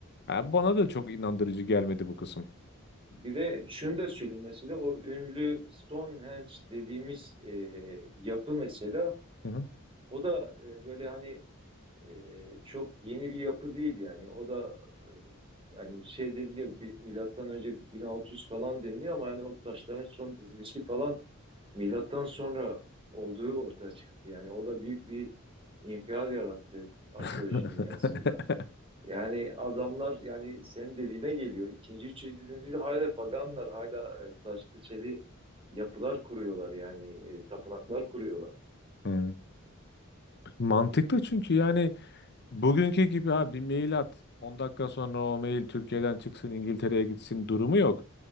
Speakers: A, on the left; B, on the right.
A: Ha, bana da çok inandırıcı gelmedi bu kısım.
B: Bir de şunu da söyleyeyim mesela o ünlü Stonehenge dediğimiz e, yapı mesela
A: Hı hı.
B: o da e, böyle hani e, çok yeni bir yapı değil yani o da e, hani şey deniliyor bir- milattan önce 1600 falan deniliyor ama yani o taşların son dizilişi falan milattan sonra olduğu ortaya çıktı. Yani o da büyük bir infial yarattı arkeoloji
A: <laughs>
B: dünyasında. Yani adamlar yani senin dediğine geliyor. İkinci, üçüncü yüzyılda hala paganlar, hala e, taşlı çeli yapılar kuruyorlar yani e, tapınaklar kuruyorlar.
A: Hı. Mantıklı çünkü yani bugünkü gibi ha bir mail at. 10 dakika sonra o mail Türkiye'den çıksın İngiltere'ye gitsin durumu yok.